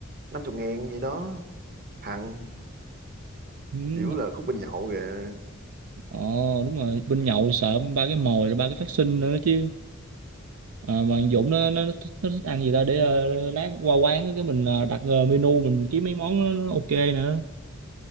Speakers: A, on the right; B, on the right.
A: năm chục ngàn gì đó thằng
B: ừ.
A: chịu là khúc bên nhậu kìa
B: ờ đúng rồi bên nhậu thì sợ ba cái mồi rồi ba cái phát sinh nữa chứ Ờ, mà thằng
A: Ừ.
B: Dũng nó, nó nó thích nó thích ăn gì ta để ờ, lát qua quán á, cái mình ờ, đặt ờ, menu mình kiếm mấy món nó, nó ok nữa